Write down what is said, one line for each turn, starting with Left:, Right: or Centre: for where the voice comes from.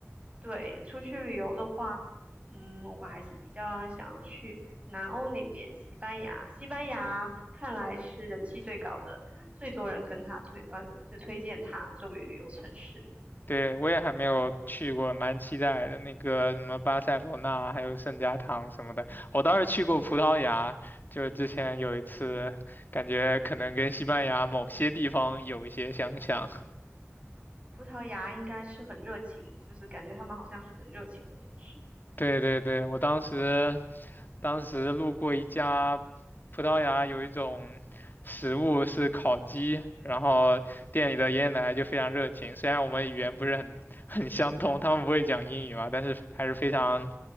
Right: 对，出去旅游的话，嗯，我还是比较想要去南欧那边，西班牙。西班牙看来是人气最高的，最多人跟他推，呃，就推荐他作为旅游城市。
Left: 对，我也还没有去过，蛮期待的。那个什么巴塞罗那，还有圣家堂什么的，我倒是去过葡萄牙，就是之前有一次，感觉可能跟西班牙某些地方有一些相像。
Right: 葡萄牙应该是很热情，就是感觉他们好像是很热情的城市。
Left: 对对对，我当时当时路过一家葡萄牙有一种食物是烤鸡，然后店里的爷爷奶奶就非常热情，虽然我们语言不是很很相通，他们不会讲英语嘛，但是还是非常